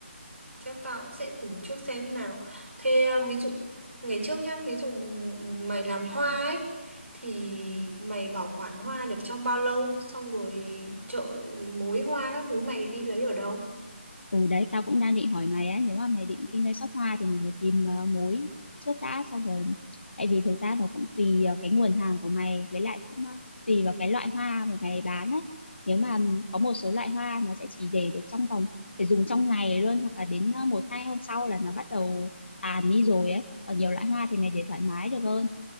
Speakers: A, on the right (about 75°); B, on the left (about 60°).
A: Chắc tao cũng sẽ thử trước xem nào. Thế à, ví dụ ngày trước nhá, ví dụ mày làm hoa ấy thì mày bảo quản hoa được trong bao lâu? Xong rồi chợ mối hoa các thứ mày đi lấy ở đâu?
B: Ừ đấy tao cũng đang định hỏi mày á nếu mà mày định kinh doanh shop hoa thì mình phải tìm ờ, mối trước đã xong rồi tại vì thực ra nó cũng tùy ờ, cái nguồn hàng của mày với lại cũng ờ, tùy vào cái loại hoa mà mày bán ấy nếu mà ừm, có một số loại hoa nó sẽ chỉ để được trong vòng phải dùng trong ngày luôn hoặc là đến ờ, một hai hôm sau là nó bắt đầu tàn đi rồi ấy còn nhiều loại hoa thì mày để thoải mái được hơn